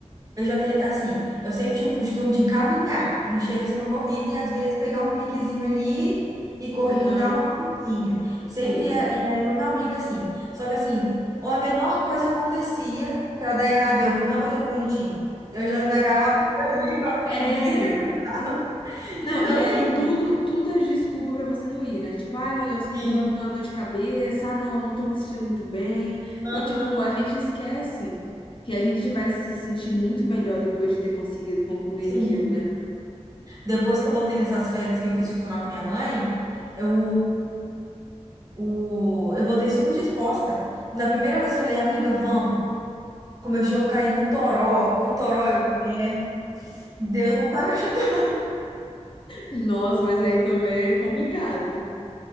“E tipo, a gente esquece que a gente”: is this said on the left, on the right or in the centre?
Left